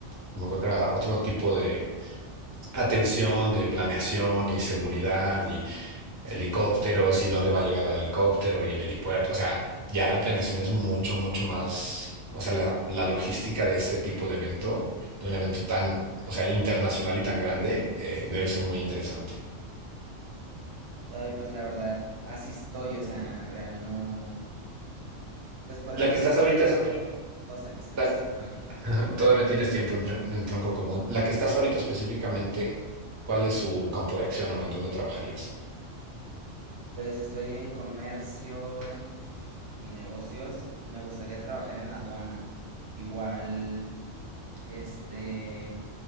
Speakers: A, on the right (about 20°); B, on the right (about 65°).
A: como que otra, otro tipo de atención, de planeación y seguridad y helicópteros
B: Sí, claro.
A: y dónde va a llegar el helicóptero y el helipuerto. O sea, ya la planeación es mucho, mucho más, o sea, la, la logística de ese tipo de evento, de un evento tan, o sea, internacional y tan grande, eh,
B: Sí.
A: debe ser muy interesante.
B: Ay, pues la verdad, así estoy, o sea, real no. Pues por
A: La
B: el momento
A: que estás ahorita,
B: todavía
A: es-
B: tengo dos semestres.
A: la-
B: Ajá.
A: <laughs> todavía tienes tiempo en, tron- en tronco común. La que estás ahorita específicamente, ¿cuál es su campo de acción o en dónde trabajarías?
B: Pues estoy en comercio y negocios. Me gustaría trabajar en la aduana. Igual, este,